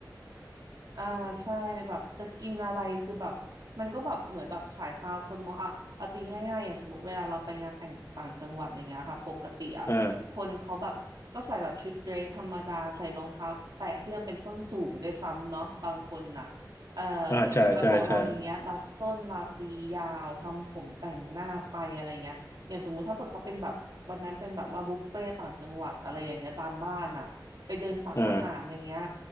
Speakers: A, on the right; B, on the left.
A: อ่าใช่แบบจะกินอะไรคือแบบมันก็แบบเหมือนแบบสายตาคนมองอ่ะเอาตีง่ายๆอย่างสมมติเวลาเราไปงานแต่งต่างจังหวัดอย่างเงี้ยค่ะปกติอ่ะคนเขาแบบก็ใส่แบบชุดเดรสธรรมดาใส่รองเท้าแตะที่มันเป็นส้นสูงด้วยซ้ำเนาะบางคนน่ะเอ่อ
B: <laughs> อ่าอ่าใช่ใช่ใช่
A: แต่ของเราอย่างเงี้ยรัดส้นลาตียาวทำผมแต่งหน้าไปอะไรเงี้ยอย่างสมมุติถ้าเกิดเขาเป็นแบบวันนั้นเป็นแบบว่าบุฟเฟ่ต่างจังหวัดอะไรอย่างเงี้ยตามบ้านน่ะไปเดินตักอาหารอย่างเงี้ย
B: อ่า